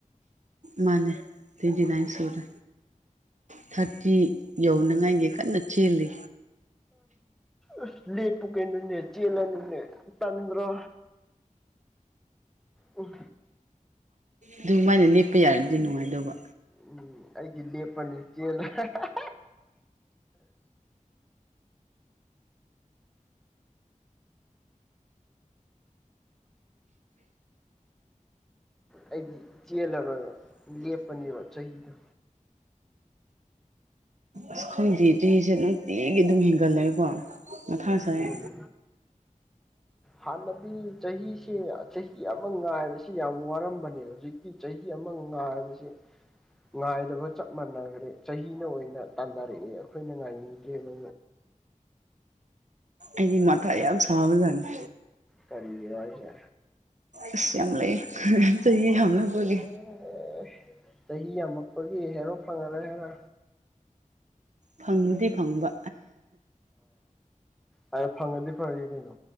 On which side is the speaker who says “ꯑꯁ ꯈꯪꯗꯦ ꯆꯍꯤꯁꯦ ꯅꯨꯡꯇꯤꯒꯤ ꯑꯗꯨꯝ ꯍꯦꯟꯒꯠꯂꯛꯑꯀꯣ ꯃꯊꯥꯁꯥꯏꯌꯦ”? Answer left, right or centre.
Right